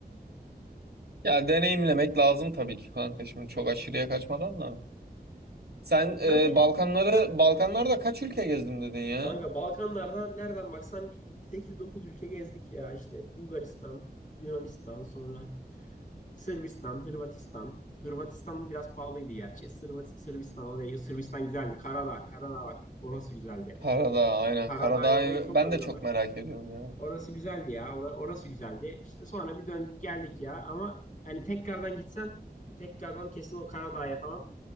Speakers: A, on the right; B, on the left.
A: Ya deneyimlemek lazım tabii ki kanka şimdi çok aşırıya kaçmadan da. Sen
B: Sen
A: e,
B: peki
A: Balkanları
B: Heh,
A: Balkanlarda kaç ülke gezdim dedin ya?
B: Kanka Balkanlarda nereden baksan bir 8-9 ülke gezdik ya işte Bulgaristan, Yunanistan, sonra Sırbistan, Hırvatistan. Hırvatistan biraz pahalıydı gerçi. Sırvat Sırbistan orayı Sırbistan güzeldi. Karadağ, Karadağ bak orası güzeldi.
A: Karadağ aynen
B: Karadağ'ı
A: Karadağ'ı
B: orayı çok
A: ben
B: övüyorlar.
A: de çok merak ediyorum ya.
B: Orası güzeldi ya. ora- orası güzeldi. İşte sonra bir döndük geldik ya ama hani tekrardan gitsem tekrardan kesin o Karadağ'a falan